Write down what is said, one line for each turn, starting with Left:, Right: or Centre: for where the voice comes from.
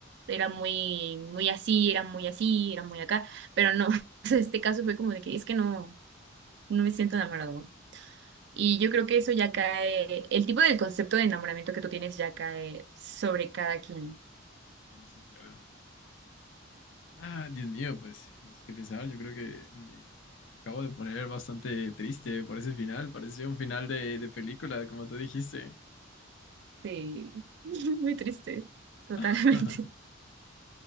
Right: era muy, muy así, era muy así, era muy acá, pero no, <laughs> o sea, este caso fue como de que es que no, no me siento enamorado. Y yo creo que eso ya cae, el tipo del concepto de enamoramiento que tú tienes ya cae sobre cada quien.
Left: Sí, sí, claro. Ah, Dios mío, pues no sé qué pensar. Yo creo que me, me acabo de poner bastante triste por ese final. Parecía un final de, de película, como tú dijiste.
Right: Sí, <laughs> muy triste, totalmente.
Left: <laughs>